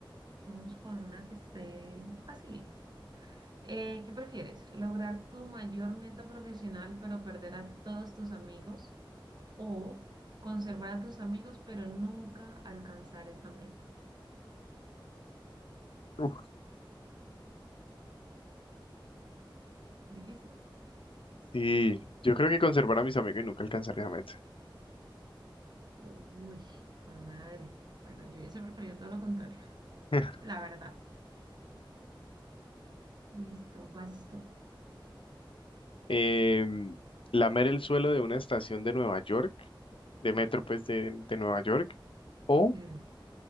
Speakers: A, on the right; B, on the left.
A: Vamos con una que esté facilita. Eh, ¿qué prefieres? ¿Lograr tu mayor meta profesional pero perder a todos tus amigos? ¿O conservar a tus amigos pero nunca alcanzar esa meta?
B: Uf,
A: ¿Difícil?
B: sí, yo creo que conservar a mis amigos y nunca alcanzaría a meta.
A: Uy, hijo de madre. Bueno, yo hubiese preferido todo lo contrario. <laughs>
B: <laughs>
A: La verdad. Listo, basto.
B: Em, lamer el suelo de una estación de Nueva York, de metro pues de, de Nueva York, o
A: Eh,